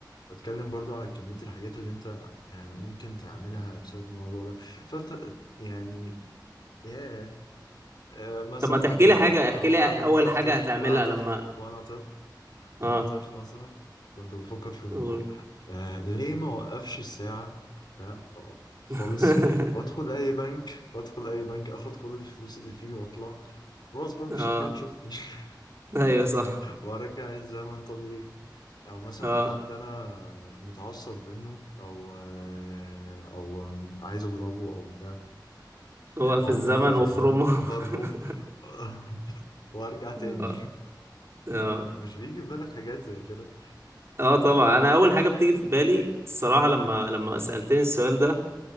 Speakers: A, on the left; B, on the right.
A: بتكلم برضو على كمية الحاجات اللي أنت آه، ممكن تعملها بسبب الموضوع ده فأنت يعني ياه آه، مثلا
B: طب ما تحكي لي حاجة احكي
A: آه، وأنا
B: لي اول
A: وأنا
B: حاجة
A: في طفل
B: هتعملها
A: وأنا طفل
B: لما
A: وأنا طفل وأنا
B: اه
A: طفل مثلا كنت بفكر في إنه
B: قول
A: آه، ليه ما وقفش الساعة ده أو خالص
B: <laughs>
A: وأدخل أي بنك وأدخل أي بنك أخد كل الفلوس اللي فيه وأطلع خلاص بقى مفيش
B: اه
A: حاجة هتشوفني <laughs>
B: ايوه صح
A: وارجع الزمن طبيعي او مثلا
B: اه
A: حد انا متعصب منه او آه، او عايز اضربه او بتاع
B: وقف
A: اقوم
B: الزمن
A: موقف
B: وافرمه
A: الزمن ضربه
B: <laughs>
A: <laughs> وارجع تاني
B: اه اه
A: مش بيجي في بالك حاجات زي كده
B: اه طبعا انا اول حاجه بتيجي في بالي الصراحه لما لما سالتني السؤال ده